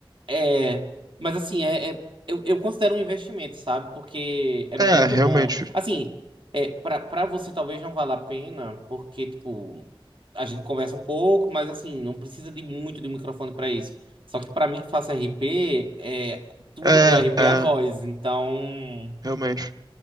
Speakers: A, on the right; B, on the right.
A: É, mas assim, é, é- eu, eu considero um investimento, sabe? Porque é
B: É,
A: muito
B: realmente.
A: bom. Assim, é, pra, pra você talvez não valha a pena, porque, tipo, a gente conversa um pouco, mas assim, não precisa de muito de um microfone pra isso. Só que pra mim que faço RP, é, tudo
B: É,
A: do RP
B: é,
A: é a voz. Então,
B: realmente.